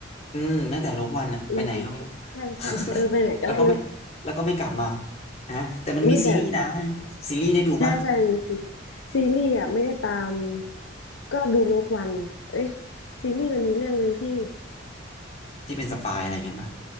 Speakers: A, on the left; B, on the left.
A: อืมตั้งแต่ลบวันอะไปไหนก็ไม่รู้
B: อืมอืมใช่ใช่เออไปไหนก็ไม่รู้
A: <laughs> แล้วก็ไม่แล้วก็ไม่กลับมาอ่ะแต่มันมีซีรีส์นะ
B: อุ้ยแต่
A: ซีรีส์ได้ดูป่ะ
B: ใช่ใช่มีซีซีรีส์อ่ะไม่ได้ตามก็ดูโลกวันเอ้ยซีรีส์มันมีเรื่องหนึ่งที่
A: ที่เป็นสปายอะไรเงี้ยป่ะ